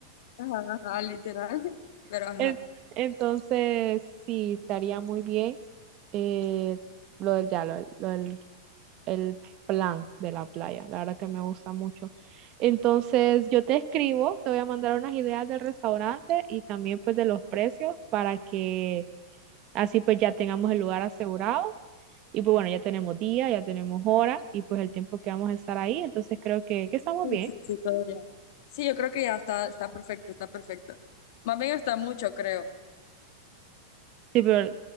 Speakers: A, on the left; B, on the right.
A: Ajá, ajá, literal. <laughs>
B: <laughs>
A: Pero ajá.
B: En- Entonces, sí, estaría muy bien eh, lo del, ya, lo, del- lo del el plan de la playa, la verdad que me gusta mucho. Entonces, yo te escribo, te voy a mandar unas ideas del restaurante y también pues de los precios para que así pues ya tengamos el lugar asegurado Y pues bueno, ya tenemos día, ya tenemos hora y pues el tiempo que vamos a estar ahí, entonces creo que, que estamos
A: Sí,
B: bien.
A: sí, sí, todo ya Sí, yo creo que ya está, está perfecto, está perfecto. Más bien está mucho, creo.
B: Sí, pero